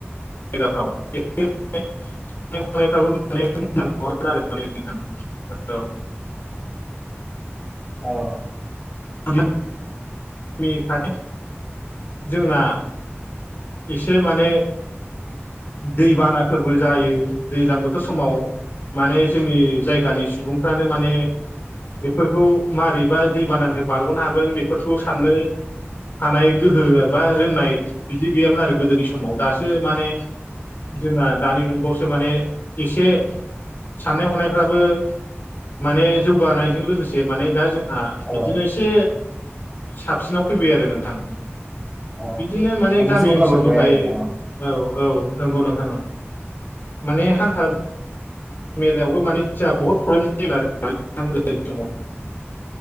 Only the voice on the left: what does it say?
जायगाफ्रावबो मोजां <unintelligible> औ
<inaudible> नि खाथि जोंना एसे माने दैबानाफोरबो जायो दैज्लां बोथोर समाव माने जोंनि जायगानि सुबुंफ्रानो माने बेफोरखौ मारैबा दै बानानिफ्राय बारग'नो हागोन बेफोरखौ साननो हानाय गोहो एबा रोंनाय बिदि गैयामोन आरो गोदोनि समाव दासो माने जोंना दानि जुगावसो माने एसे साननाय हनायफ्राबो माने जौगानायजों लोगोसे माने दा जोंहा
बिदिनो एसे साबसिनाव फैबाय आरो नोंथां
बिदिनो माने ओनसोलनिफ्राय
औ औ नंगौ नोंथाङा माने हान्था मेलायावबो माने बहु प्रब्लेम जायोम आरो गोनि समाव